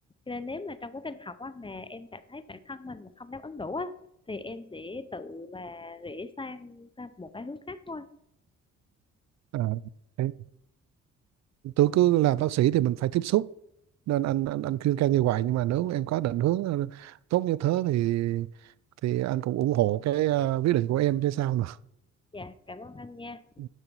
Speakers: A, on the left; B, on the right.
A: cho nên nếu mà trong quá trình học á, mà em cảm thấy bản thân mình mà không đáp ứng đủ á, thì em sẽ tự mà rẽ sang sang một cái hướng khác thôi
B: À, thế tôi cứ làm bác sĩ thì mình phải tiếp xúc nên anh anh anh khuyên can như vậy nhưng mà nếu em có định hướng ờ, tốt như thế thì thì anh cũng ủng hộ cái ờ, quyết định của em chứ sao nữa
A: dạ cảm ơn anh nha
B: Ừ.